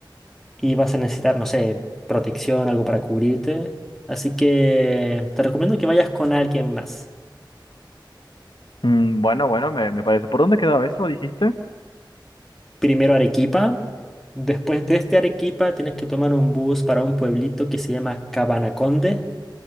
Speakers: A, in the centre; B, on the left.
A: Y vas a necesitar, no sé, protección, algo para cubrirte. Así que te recomiendo que vayas con alguien más.
B: Mm, bueno, bueno, me, me parece. ¿Por dónde quedaba eso, dijiste?
A: Primero Arequipa. Después desde Arequipa tienes que tomar un bus para un pueblito que se llama Cabanaconde.